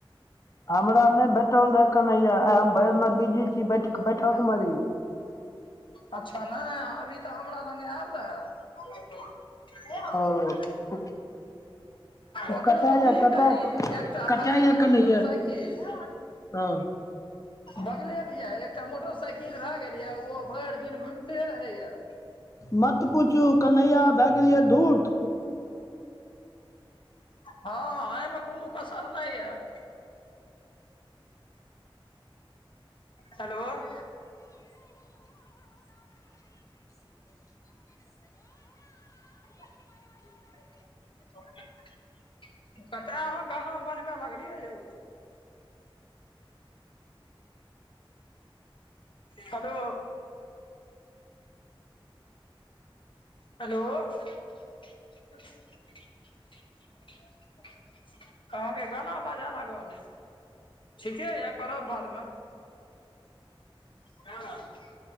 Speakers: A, on the left (about 35°); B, on the left (about 60°).
A: हमरा नइ भेटल रहय कन्हैया आइ हम भरिन बिजी छी बैठ बैठक मे रही
B: अच्छा नइ अभी तऽ हमरा लंग आयल रहय भ <inaudible>
A: ओ
B: ओकरो
A: कतऽ
B: की
A: यऽ कतऽ
B: कही एकटा
A: कतऽ
B: भए गेल यऽ
A: कन्हैया
B: मोटरसाइकिल
A: हँ
B: बगले में य एकटा मोटरसाइकिल भए गेल ये ओ भरि दिन घुम ते रहैया
A: मत पूछू कन्हैया भए गेलियै धूर्त
B: हँ अईमे कोनो कसर नइ अयऽ हैलो <inaudible> <inaudible> त <inaudible> त अहूॅं गाना बजबै लगलियै यौ हलो हेलो अहाँ के गाना बाजय लागल ठीके यऽ करब बाद मे हँ <unintelligible>